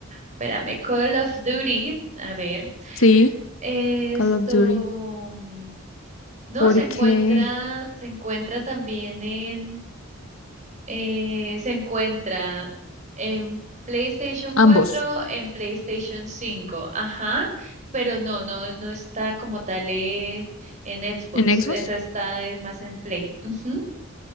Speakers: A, on the right; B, on the left.
A: espérame, Call of Duty. A ver,
B: Sí,
A: esto,
B: Call of Duty.
A: mm, no,
B: Porque
A: se encuentra, se encuentra también en Eh, se encuentra en PlayStation
B: ambos.
A: cuatro en PlayStation cinco ajá, pero no, no, no está como tal eh, en Xbox,
B: ¿En
A: esa
B: Xbox?
A: está eh, más en Play. Ujú.